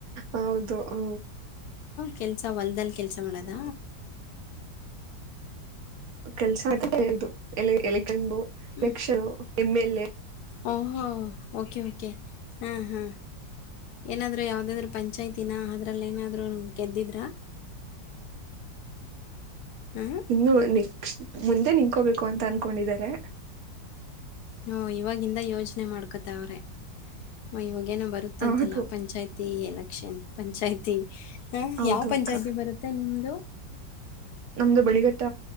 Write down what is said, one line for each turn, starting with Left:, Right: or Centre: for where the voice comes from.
Right: ಹೌದು ಹಾ
Left: ಕೆಲ್ಸ ಹೊಲ್ದಲ್ ಕೆಲ್ಸ ಮಾಡದ
Right: ಕೆಲ್ಸ <unintelligible>
Left: ಹ್ಞೂ ಓಹೋ ಓಕೆ ಓಕೆ ಹಾ ಹಾ ಏನಾದ್ರು ಯಾವ್ದಾದ್ರು ಪಂಚಾಯತಿ ದಿನ ಅದ್ರಲ್ಲೇನಾದರೂ ಗೆದ್ದಿದ್ರಾ ಹಾಂ
Right: ಇನ್ನು ಅನ್ನಿ ಮುಂದೆ ನಿನ್ಕೋಬೇಕು ಅಂತ ಅನ್ಕೊಂಡಿದ್ದಾರೆ
Left: ಹೂ ಇವಾಗಿಂದ ಯೋಚ್ನೆ ಮಾಡ್ಕೊತಾವ್ರೆ ಇವಾಗೇನೋ ಬರುತ್ತಂತಲ್ಲ
Right: ಹೌದು
Left: ಪಂಚಾಯತ್ ತಿ ಎಲಕ್ ಕ್ಷನ್ ಪಂಚಾಯ್ತಿ ಹ್ಮ್
Right: ಹೌದು
Left: ಯಾವ್ ಪಂಚಾಯತಿ
Right: ಅಕ್ಕ
Left: ಬರುತ್ತೆ ನಿಮ್ದು
Right: ನಮ್ದು ಬಳಿಗಟ್ಟ